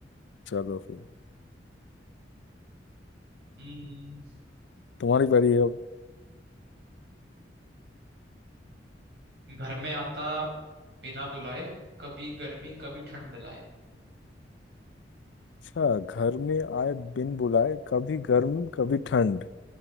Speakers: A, on the left; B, on the right.
A: चलो फिर
B: हम्म
A: तुम्हारी बारी है अब
B: घर में आता बिना बुलाए कभी गर्मी कभी ठंड लाए
A: अच्छा घर में आए बिन बुलाए कभी गर्म कभी ठंड